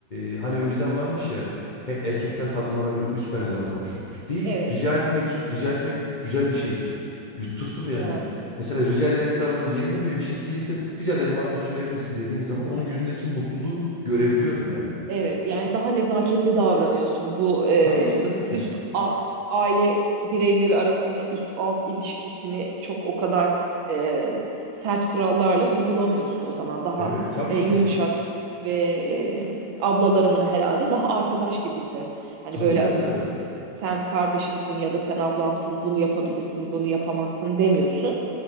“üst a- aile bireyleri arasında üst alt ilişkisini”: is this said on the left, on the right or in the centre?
Right